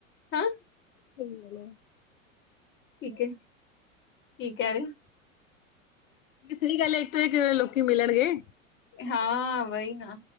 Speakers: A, on the left; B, on the left.
A: ਹਾਂ
B: ਸਹੀ ਗੱਲ ਏ
A: ਠੀਕ ਹੈ, ਕੀ ਕਹਿ ਰਹੇ
B: ਸਹੀ ਗੱਲ ਹੈ, ਇੱਕ ਤੋਂ ਇਕ ਲੋਕੀ ਕਿਵੇ ਮਿਲਣਗੇ
A: ਹਾਂ ਵਹੀ ਨਾ